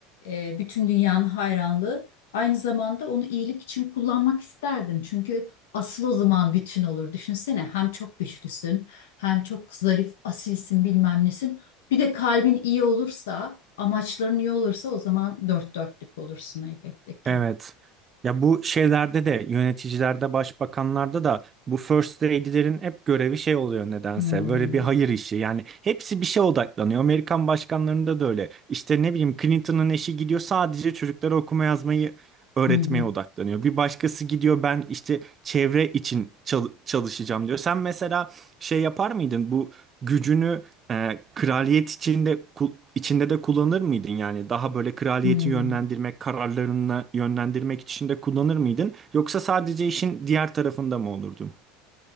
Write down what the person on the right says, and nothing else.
Evet. Ya bu şeylerde de yöneticilerde, başbakanlarda da bu first lady'lerin hep görevi şey oluyor nedense.
Böyle bir hayır işi. Yani hepsi bir şeye odaklanıyor. Amerikan başkanlarında da öyle. İşte ne bileyim Clinton'ın eşi gidiyor sadece çocuklara okuma yazmayı öğretmeye
odaklanıyor. Bir başkası gidiyor ben işte çevre için çal- çalışacağım diyor. Sen mesela şey yapar mıydın bu gücünü ee, kraliyet içinde ku- içinde de kullanır mıydın yani daha böyle kraliyeti
yönlendirmek, kararlarını yönlendirmek için de kullanır mıydın yoksa sadece işin diğer tarafında mı olurdun?